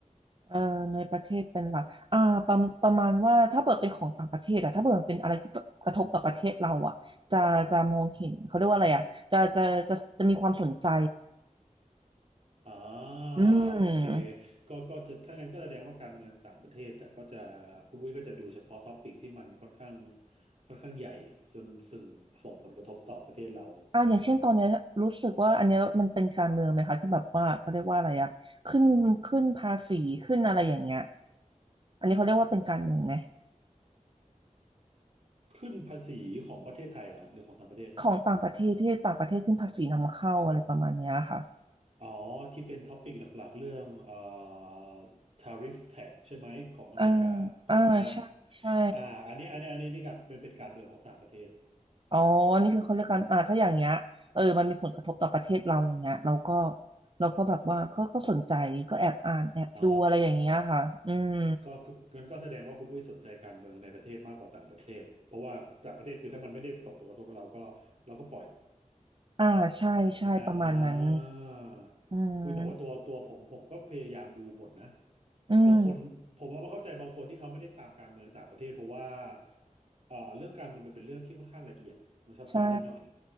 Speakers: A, on the right (about 40°); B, on the right (about 55°).
A: เอ่อในประเทศเป็นหลักอ่าประประมาณว่าถ้าเปิดเป็นของต่างประเทศอะถ้าเปิดมันเป็นอะไรที่กระทบกับประเทศเราอะจะจะมองเห็นเขาเรียกว่าอะไรอะจะจะจะจะมีความสนใจ
B: อ๋อ
A: อืม
B: โอเคก็ก็จะถ้างั้นก็แสดงว่าการเมืองต่างประเทศอะก็จะคุณอุ้ยก็จะดูเฉพาะท็อปิกที่มันค่อนข้างค่อนข้างใหญ่จนส่งส่งผลกระทบต่อประเทศเรา
A: อ่าอย่างเช่นตอนเนี้ยรู้สึกว่าอันเนี้ยมันเป็นการเมืองไหมคะที่แบบว่าเขาเรียกว่าอะไรอะขึ้นขึ้นภาษีขึ้นอะไรอย่างเงี้ยอันนี้เขาเรียกว่าเป็นการเมืองไหม
B: ขึ้นภาษีของประเทศไทยเหรอหรือของต่างประเทศ
A: ของต่างประเทศที่ต่างประเทศขึ้นภาษีนำเข้าอะไรประมาณเนี้ยค่ะ
B: อ๋อที่เป็นท็อปิกหลักๆเรื่องเอ่อ tariff tax ใช่ไหมของอเมริกาถูกไหมฮะ
A: อ่าอ่าใช่ใช่
B: อ่าอันนี้อันนี้อันนี้นี่กับเป็นเป็นการเมืองของต่างประเทศ
A: อ๋อ นี่คือเขาเรียกกันอ่าถ้าอย่างเงี้ยเออมันมีผลกระทบต่อประเทศเราอย่างเงี้ยเราก็เราก็แบบว่าก็ก็สนใจก็แอบอ่านแอบดูอะไรอย่างเงี้ยค่ะอืม
B: อ๋อก็ก็งั้นก็แสดงว่าคุณอุ้ยสนใจการเมืองในประเทศมากกว่าต่างประเทศเพราะว่าต่างประเทศคือถ้ามันไม่ได้ส่งผลกระทบกับเราก็เราก็ปล่อย
A: อ่าใช่
B: ถูกไหมฮะอ่า
A: ใช่ ประมาณนั้นอืม
B: อุ้ยแต่ว่าตัวตัวผมผมก็พยายามดูหมดนะ
A: อืม
B: บางคนผมว่าเข้าใจบางคนที่เขาไม่ได้ตามการเมืองต่างประเทศเพราะว่าเอ่อเรื่องการเมืองมันเป็นเรื่องที่ค่อนข้างละเอียดมันซับซ้อนนิดหน่อย
A: ใช่